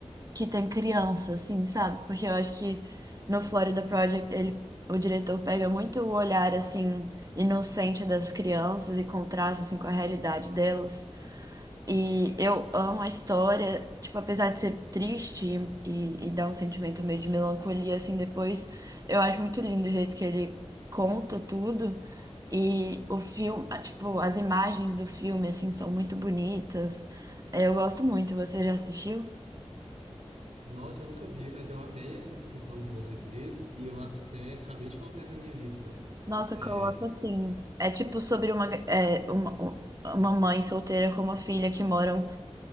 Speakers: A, on the right; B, on the right.
A: que tem criança, assim, sabe? Porque eu acho que no Florida Project ele, o diretor pega muito o olhar assim inocente das crianças e contrasta assim com a realidade delas. E eu amo a história, tipo, apesar de ser triste e, e dar um sentimento meio de melancolia, assim, depois, eu acho muito lindo o jeito que ele conta tudo. E o filme, ah, tipo, as imagens do filme, assim, são muito bonitas. É, Eu gosto muito. Você já assistiu?
B: Nossa, eu nunca vi, mas eu amei essa descrição que você fez e eu até acabei de colocar ele na minha lista.
A: Nossa,
B: É,
A: coloca assim. É tipo sobre uma, é, uma, uma mãe solteira com uma filha que moram